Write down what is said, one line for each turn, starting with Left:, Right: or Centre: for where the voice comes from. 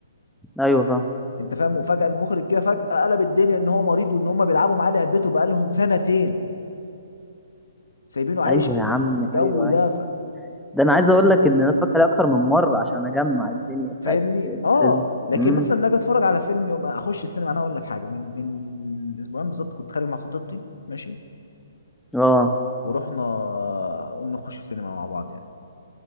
Centre: ايوه فاهم
Left: انت فاهم وفجأة المخرج كده فجأة قلب الدنيا ان هو مريض وان هم بيلعبوا معاه لعبته بقالهم سنتين سايبينه عايش
Centre: ايوه
Left: في
Centre: يا
Left: ال-
Centre: عم
Left: في الجو
Centre: ايوه
Left: ده
Centre: ايوه ده انا عايز اقول لك ان انا اتفرجت عليه اكتر من مره عشان اجمع الدنيا بتاعت
Left: فاهمني
Centre: الفيلم
Left: اه لكن
Centre: امم
Left: مثلا لما اجي اتفرج على فيلم يوم اخش السينما انا اقول لك حاجه من من اسبوعين بالظبط كنت خارج مع خطيبتي ماشي
Centre: اه
Left: ورحنا قلنا نخش السينما مع بعض يعني